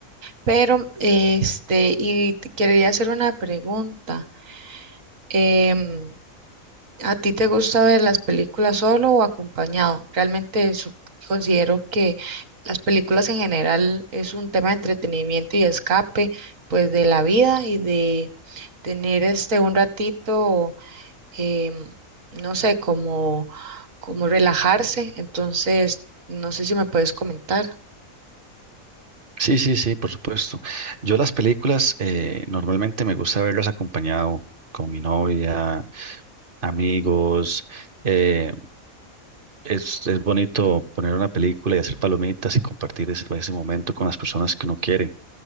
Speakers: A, on the right; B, on the right.
A: Pero, este, y te quería hacer una pregunta. Em, ¿A ti te gusta ver las películas solo o acompañado? Realmente su- considero que las películas en general es un tema de entretenimiento y escape, pues de la vida y de tener este un ratito, em, no sé, como, como relajarse. Entonces, no sé si me puedes comentar.
B: Sí, sí, sí, por supuesto. Yo las películas eh, normalmente me gusta verlas acompañado con mi novia, amigos. eh, es, es bonito poner una película y hacer palomitas y compartir ese, ese momento con las personas que uno quiere.